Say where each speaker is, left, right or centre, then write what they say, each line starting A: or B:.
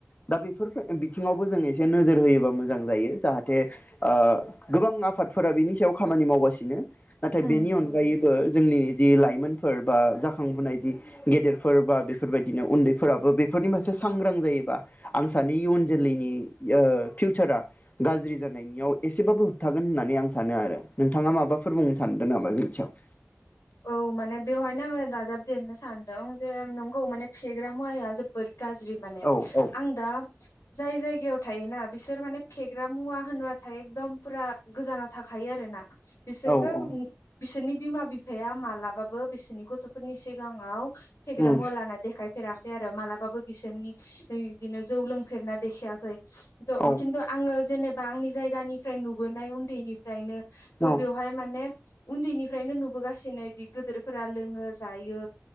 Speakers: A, on the left; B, on the left.
A: दा बेफोर बिथिङावबो जों एसे नोजोर होयोबा मोजां जायो। जाहाथे ओ गोबां आफादफोरा बिनि सायाव खामानि मावगासिनो। नाथाय
B: होम
A: बेनि
B: होम
A: अनगायैबो जोंनि जि लाइमोनफोर बा जाखांबोनाय जि गेदेरफोर बा बेफोरबायदिनो उन्दैफोराबो बेफोरनि फार से सांग्रां जायोबा आं सानै इयुन जोलैनि ओ फिउसारा गाज्रि जानायनियाव एसेबाबो होबथागोन होननानै आं सानो आरो नोंथाङा माबाफोर बुंनो सानदों नामा बेनि सायाव।
B: औ माने बेवहायनो आङो दाजाबदेरनो सानदों जे नंगौ माने फेग्रा मुवाया जोबोर गाज्रि माने।
A: औ औ
B: आं दा जाय जायगायाव थायोना बिसोर माने फेग्रा मुवा होनोबाथाय एखदम फुरा गोजानाव थाखायो आरो ना। बिसोरखौ
A: औ औ
B: बिसोरनि बिमा बि फाया मालाबाबो बिसोरनि गथ'फोरनि सिगाङाव फेग्रा
A: उम
B: मुवा लाना देखायफेरा। आरो मालाबाबो बिसोरनि ओइ इदिनो जौ लोंफेरना देखायाखै। त'
A: औ
B: खिन्थु आङो जेनेबा आंनि जायगानिफ्राय नुबोनाय उन्दैनिफ्रायनो त'
A: औ
B: बेवहाय माने उन्दैनिफ्रायनो नुबोगा सिनो इदि गोदोरफोरा लोङो जायो।